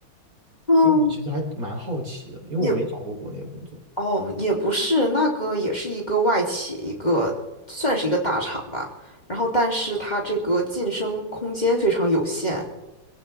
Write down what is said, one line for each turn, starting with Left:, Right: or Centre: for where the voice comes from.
Left: 嗯，
Right: 因为我其实还蛮好奇的，因为我没找过国内的工作。
Left: 也。哦，也不是，那个也是一个外企，一个算是一个大厂吧。然后，但是它这个晋升空间非常有限，